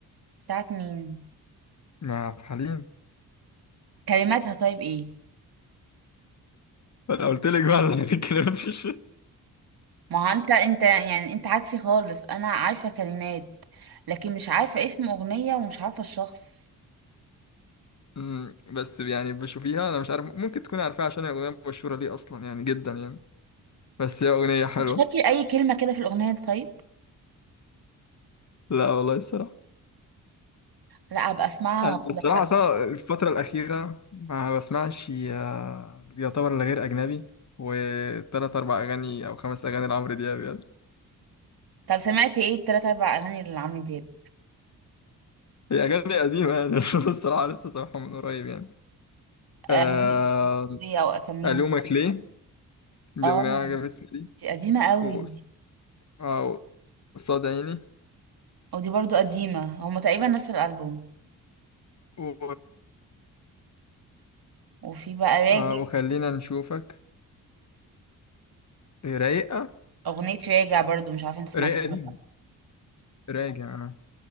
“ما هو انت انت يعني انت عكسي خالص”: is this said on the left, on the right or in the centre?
Right